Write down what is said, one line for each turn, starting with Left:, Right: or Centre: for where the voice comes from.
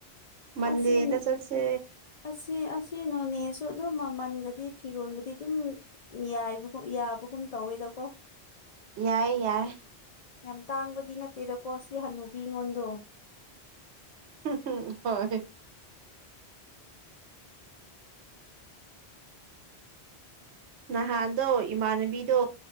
Right: ꯃꯟꯗꯦꯗ
Left: ꯑꯁꯤ
Right: ꯆꯠꯁꯦ
Left: ꯑꯁꯤ ꯑꯁꯤ ꯅꯣꯅꯦꯁꯨ ꯑꯗꯨꯝ ꯃꯃꯟꯒꯗꯤ ꯐꯤꯔꯣꯜꯒꯗꯤ ꯑꯗꯨꯝ ꯌꯥꯏꯕꯒ ꯌꯥꯕꯒꯨꯝ ꯇꯧꯋꯦꯗꯀꯣ
Right: ꯌꯥꯏ ꯌꯥꯏ
Left: ꯌꯥꯝ ꯇꯥꯡꯕꯗꯤ ꯅꯠꯇꯦꯗꯀꯣ ꯁꯤ ꯍꯅꯨꯕꯤ ꯉꯣꯟꯗꯣ
Right: <unintelligible> ꯍꯣꯏ ꯅꯍꯥꯟꯗꯣ ꯏꯃꯥꯟꯅꯕꯤꯗꯣ